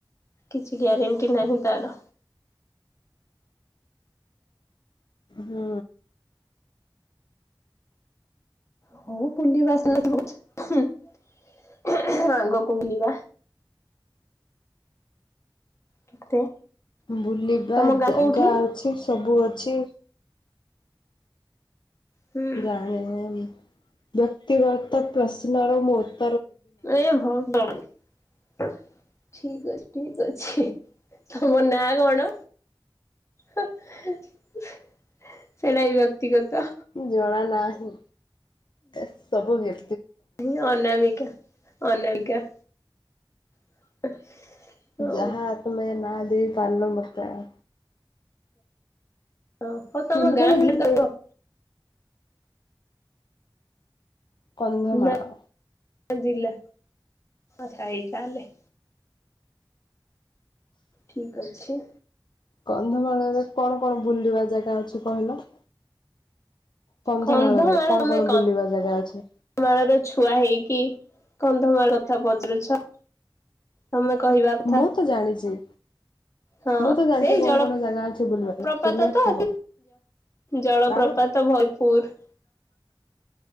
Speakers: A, on the left; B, on the left.
A: କିଛି ଗ୍ୟାରେଣ୍ଟି ନାହିଁ ତାର।
B: ହୁଁ।
A: ହଉ ବୁଲିବା <unintelligible> ଆଗକୁ ବୁଲିବା। କେତେ
B: ବୁଲିବା
A: ତମ ଗାଁ
B: ଜାଗା
A: କୋଉଠି
B: ଅଛି ସବୁ ଅଛି
A: ହୁଁ
B: ଜାଣିନି ବ୍ୟକ୍ତିଗତ ପ୍ରଶ୍ନ ର ମୋର
A: ଏ ଭଗବାନ ଠିକ ଅଛି ଠିକ ଅଛି ତମ ନାଁ କଣ ସେଟା ବି ବ୍ୟକ୍ତିଗତ?
B: ଜଣା ନାହିଁ ଏ ସବୁ ଭ
A: ହିଁ ଅନାମିକା ଅନାମିକା। <unintelligible> ହଉ
B: ଯାହା ତମେ ନା ଦେଇ ପାରିଲ ମତେ ଆ
A: ହଁ ହଉ ତମ
B: ଫୁଲବାଣୀ
A: ଗାଁ <unintelligible> ଲୋକ?
B: କନ୍ଦମାଳ।
A: ନା ଜିଲ୍ଲା ଆଚ୍ଛା ଏଇ ତାହେଲେ ଠିକ ଅଛି।
B: କନ୍ଧମାଳରେ କଣ କଣ ବୁଲିବା ଜାଗା ଅଛି କହିଲ? କନ୍ଧମାଳରେ
A: କନ୍ଧମାଳ
B: କଣ
A: ତମେ
B: କଣ ବୁଲିବା ଜାଗା ଅଛି?
A: କନ୍ଧମାଳର ଛୁଆ ହେଇକି କ କନ୍ଧମାଳ କଥା ପଚାରୁଛ। ତମେ କହିବା କଥା,
B: ମୁଁ ତ ଜାଣିଛି
A: ହଁ
B: ମୁଁ ତ ଜାଣିଛି
A: ସେଇ
B: କଣ
A: ଜଳପ୍ରପାତ
B: କଣ ଜାଗା ଅଛି ବୁଲିବାର ତୁମେ
A: ତ
B: କୁହ
A: ଜଳପ୍ରପାତ
B: ଆଉ
A: ଭରତପୁର।